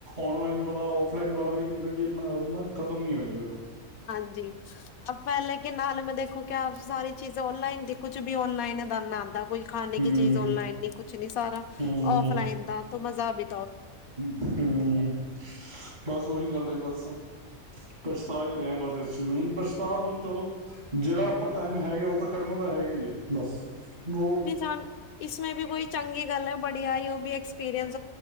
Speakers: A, on the right (about 35°); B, on the left (about 85°).
A: ਔਨਲਾਈਨ ਵਾਲਾ ਔਫਲਾਈਨ ਵਾਲਾ ਵੀ ਮਤਲਬ ਖਤਮ ਨੀ ਹੋਏਗਾਗਾ।
B: ਹਾਂਜੀ ਅ ਪਹਿਲੇ ਕੇ ਨਾਲ ਮੈਂ ਦੇਖੋ ਕਿਆ ਸਾਰੀ ਚੀਜ਼ ਔਨਲਾਈਨ ਕੁਝ ਵੀ ਔਨਲਾਈਨ ਦਨਾ ਆਦਾ ਕੋਈ ਖਾਨੇ
A: ਹੂੰ
B: ਕੀ ਚੀਜ਼ ਔਨਲਾਈਨ ਨੀ ਕੁਛ ਨੀ ਸਾਰਾ
A: ਹੂੰ
B: ਔਫਲਾਈਨ ਦਾ, ਮਜ਼ਾ ਵੀ,
A: ਹੂੰ ਬਸ ਉਹੀ ਗੱਲ ਬਸ, ਪਛਤਾ ਹੀ ਰਹੇ ਹਾਂ ਬਸ ਇਸ ਚੀਜ਼ ਨੂੰ ਪਛਤਾ ਹੁਣ ਚਲੋ ਜਿਹੜਾ ਆਪਾਂ ਟਾਈਮ ਹੈਗਾ ਉਹ ਤਾਂ ਕੱਢਣਾ ਤਾਂ ਹੈਗਾ ਹੀ ਹੈ। ਬਸ ਉਹ
B: ਇਨਸਾਨ ਇਸਮੇ ਵੀ ਕੋਈ ਚੰਗੇ, ਗੱਲ ਹੈ ਬੜੀ ਆਈ ਉਹ ਵੀ ਐਕਸਪੀਰੀਅੰਸ,